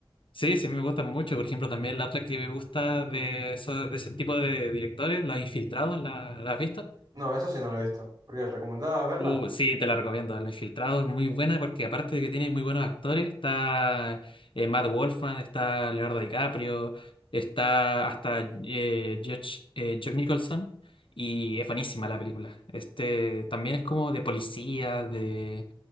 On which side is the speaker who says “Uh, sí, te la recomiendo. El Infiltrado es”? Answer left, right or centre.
Left